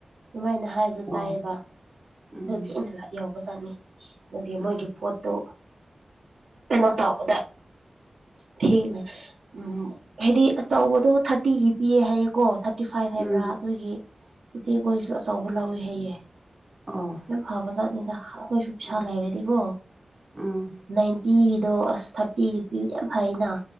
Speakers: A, on the right (about 75°); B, on the right (about 25°).
A: ꯑꯗꯨꯃꯥꯏꯅ ꯍꯥꯏꯕꯗꯣ
B: ꯑꯣ
A: ꯇꯥꯏꯌꯦꯕ
B: ꯎꯝ
A: ꯑꯗꯨ ꯊꯦꯡꯗꯔ ꯌꯧꯕ ꯖꯥꯠꯅꯤ꯫ ꯑꯗꯨꯗꯤ
B: ꯑꯥ
A: ꯃꯣꯏꯒꯤ ꯄꯣꯠꯇꯨ ꯀꯩꯅꯣ ꯇꯧꯕꯗ ꯊꯦꯡꯅ ꯎꯝ ꯍꯥꯏꯗꯤ ꯑꯆꯧꯕꯗꯣ ꯊꯥꯔꯇꯤꯒꯤ ꯄꯤꯌꯦ ꯍꯥꯏꯌꯦꯀꯣ ꯊꯥꯔꯇꯤ ꯐꯥꯏꯕ
B: ꯎꯝ
A: ꯍꯥꯏꯕ꯭ꯔꯥ ꯑꯗꯨꯒꯤ ꯏꯆꯦꯈꯣꯏꯁꯨ ꯑꯆꯧꯕ ꯂꯧꯋꯦ ꯍꯥꯏꯌꯦ꯫
B: ꯑꯣ꯫
A: ꯌꯥꯝ ꯐꯕ ꯖꯥꯠꯅꯤꯗ ꯑꯩꯈꯣꯏꯁꯨ ꯄꯩꯁꯥ
B: ꯎꯝ
A: ꯂꯩꯔꯗꯤꯀꯣ
B: ꯎꯝ
A: ꯅꯥꯏꯟꯇꯤꯒꯤꯗꯣ ꯑꯁ ꯊꯥꯔꯇꯤꯒꯤ ꯄꯤꯔꯗꯤ ꯌꯥꯝ ꯐꯩꯌ‌ꯦꯅ